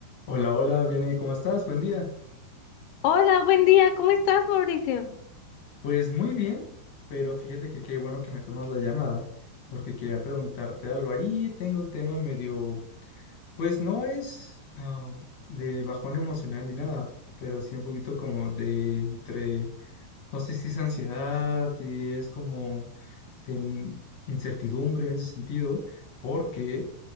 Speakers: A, on the left; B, on the left.
A: Hola, hola, bien, ¿y cómo estás? Buen día.
B: Hola, buen día. ¿Cómo estás, Mauricio?
A: Pues muy bien, pero fíjate que qué bueno que me tomas la llamada, porque quería preguntarte algo. Ahí tengo un tema medio, pues no es ah, de bajón emocional ni nada, pero sí un poquito como de entre, no sé si es ansiedad y es como de in- incertidumbre en ese sentido, porque